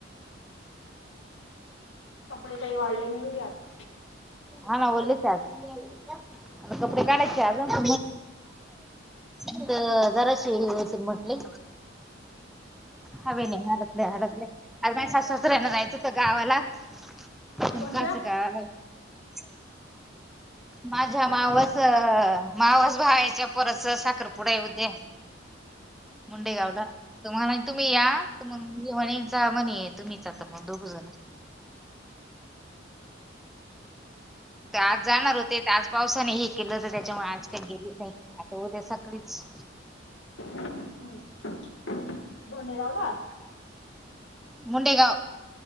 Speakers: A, on the left; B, in the centre.
A: कपडे काही वाढले नाही हो यात
B: हा ना ओले त्याचे अ कपडे काढायचे मग जराशी यव तन म्हटली हवे नाही हडकले हडकले आता काय सासूसारे जायचं होत गावाला सुुमकाच
A: कोणत्या?
B: काय <unintelligible> माझ्या मावास मावास भावाच्या पोराचा साखरपुडा ये उद्या मुंडेगावला तुम्हाला तुम्ही या मग म्हणीचा म्हनी आहे तुम्हीचा मग दोघ जण तर आज जाणार होते आज पावसाने हे केलं होत त्याच्यामुळे आज काही गेले नाही. आता उद्या सकाळीच
A: हम्म धोडेगावला
B: मुंडेगाव